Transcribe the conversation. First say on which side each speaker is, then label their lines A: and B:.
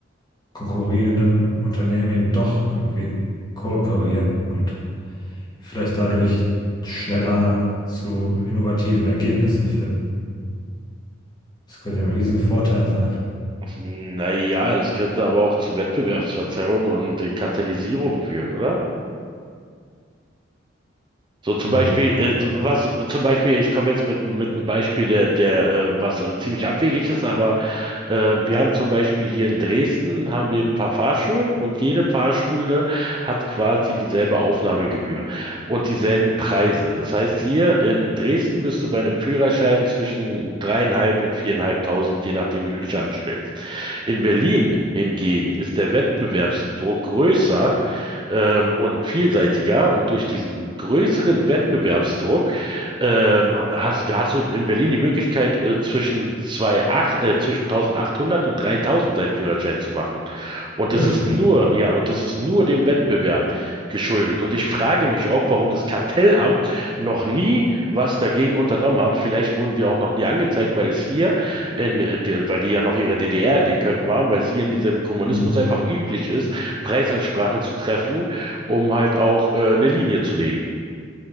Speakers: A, on the left; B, on the right.
A: konkurrierenden Unternehmen eben doch irgendwie kooperieren und vielleicht dadurch schneller zu innovativen Ergebnissen finden. Das könnte ja ein Riesenvorteil sein.
B: Naja, das könnte aber auch zu Wettbewerbsverzerrung und äh, Katalysierung führen, oder? So zum
A: Nee,
B: Beispiel, äh, so, was zum Beispiel, ich komme jetzt mit, mit einem Beispiel, der, der, äh, was äh, ziemlich abwegig ist, aber äh, wir haben zum Beispiel hier in Dresden haben wir ein paar Fahrschulen und jede Fahrschule hat quasi dieselbe Aufnahmegebühr und dieselben Preise. Das heißt, hier in Dresden bist du bei einem Führerschein zwischen dreieinhalb und viereinhalbtausend, je nachdem, wie du dich anstellst. In Berlin hingegen ist der Wettbewerbsdruck größer ähm, und vielseitiger und durch diesen größeren Wettbewerbsdruck ähm, hast, ja, hast du in Berlin die Möglichkeit, äh, zwischen zwei, ach, äh, zwischen 1800 und 3000 deinen Führerschein zu machen. Und
A: wirklich.
B: das ist nur, ja, und das ist nur dem Wettbewerb geschuldet. Und ich frage mich auch, warum das Kartellamt noch nie was dagegen unternommen hat. Vielleicht wurden die auch noch nie angezeigt, weil es hier, in, in der, weil die ja noch ihre DDR in den Köpfen haben, weil es hier in diesem Kommunismus
A: Hm.
B: einfach üblich ist, Preisabsprachen zu treffen, um halt auch äh, eine Linie zu legen.